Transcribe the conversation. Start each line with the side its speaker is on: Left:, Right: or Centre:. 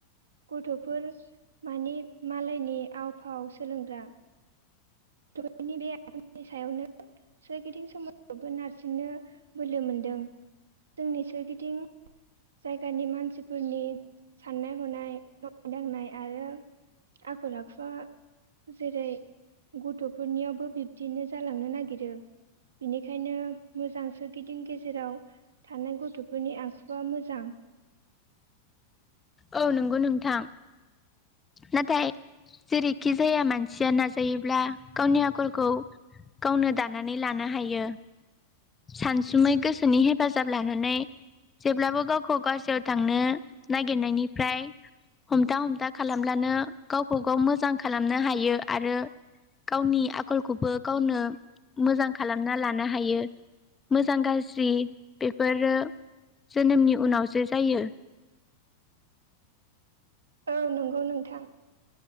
Right: गथ'फोर माने मालायनि आव फाव सोलोंग्रा गथ'नि बे आखलनि सायावनो सोरगिदिं समावबो नारसिननो बोलो मोनदों जोंनि सोरगिदिं जायगानि मानसिफोरनि साननाय हनाय मावनाय दांनाय आरो आखल आखुवा जेरै गथ'फोरनियावबो बिब्दिनो जालांनो नागिरो बिनिखायनो मोजांसो गिदिं गेजेराव थानाय गथ'फोरनि आखुवा मो जां
Left: औ नंगौ नोंथां नाथाय जेरैखि जाया मानसिया नाजायोब्ला गावनि आखलखौ गावनो दानानै लानो हायो सानसुमै गो सोनि हेफाजाब लानानै जेब्लाबो गावखौ गाज्रियाव थांनो नागिरनायनिफ्राय हमथा हमथा खालामब्लानो गावखौ गाव मोजां खालामनो हायो आरो गावनि आखलखौबो गावनो मोजां खालामना लानो हायो मोजां गाज्रि बेफोरो जोनोमनि उनावसो जायो
Right: औ नंगौ नोंथां